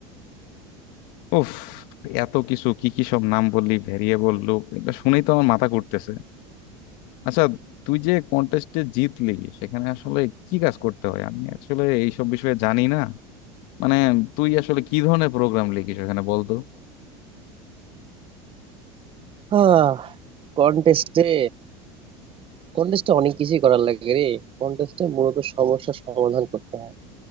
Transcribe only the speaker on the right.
হ্যাঁ কন্টেস্টে কন্টেস্টে অনেক কিছুই করার লাগে রে কন্টেস্টে মূলত সমস্যার সমাধান করতে হয়